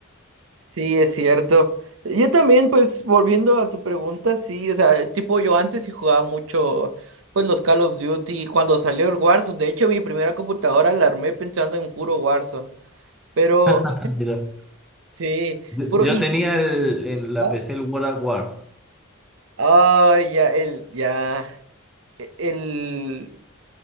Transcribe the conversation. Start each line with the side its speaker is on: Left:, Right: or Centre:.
Right: Sí, es cierto. Yo también, pues, volviendo a tu pregunta, sí, o sea, tipo, yo antes sí jugaba mucho, pues, los Call of Duty, cuando salió el Warzone, de hecho, mi primera computadora la armé pensando en puro Warzone, pero,
Centre: Ah, mira.
Right: sí,
Centre: Yo
Right: puro,
Centre: yo
Right: y,
Centre: tenía el- en la
Right: ¿ah?
Centre: PC el World at War.
Right: Ah, ya, el, ya, el,